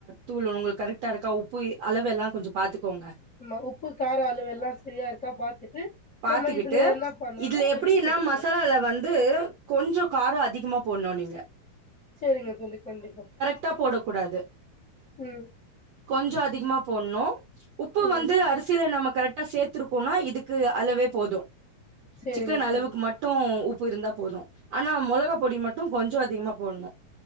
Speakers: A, on the right; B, on the left.
A: தூள் உங்களுக்கு கரெக்டா இருக்கா உப்பு அளவு எல்லா கொஞ்ச பாத்துக்கோங்க
B: ம் உப்பு கார அளுவு எல்லா சரியா இருக்கா பாத்துட்டு
A: பாத்துக்கிட்டு
B: நம்ம இதுல என்ன பண்ணனு
A: இதுல
B: அரிசி
A: எப்டின்னா
B: சேத்துக்கணு
A: மசாலால வந்து கொஞ்சோ காரோ அதிகமா போட்ணு நீங்க
B: சரிங்க தோழி கண்டிப்பா
A: ட்டா போட கூடாது
B: ம்
A: கொஞ்சோ அதிகமா போட்ணு உப்பு
B: ம்
A: வந்து அரிசில நம்ம கரெக்ட் சேத்திருக்கோனா இதுக்கு அளவே போது
B: சேரிங்க
A: சிக்கன் அளவுக்கு
B: தோழி
A: மட்டு ட்டும் உப்பு இருந்தா போதும் ஆனா மொளகா பொடி மட்டு கொஞ்சோ அதிகமா போட்ணு